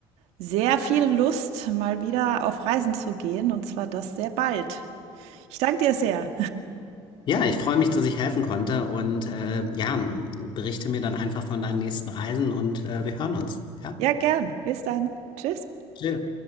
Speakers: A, on the right (about 80°); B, on the left (about 50°).
A: sehr viel Lust, mal wieder auf Reisen zu gehen. Und zwar das sehr bald. Ich danke dir sehr.
B: Ja, ich freue mich, dass ich helfen konnte und äh, ja, berichte mir dann einfach von deinen nächsten Reisen und äh, wir hören uns. Ja,
A: Ja, gern. Bis dann. Tschüss.
B: chill.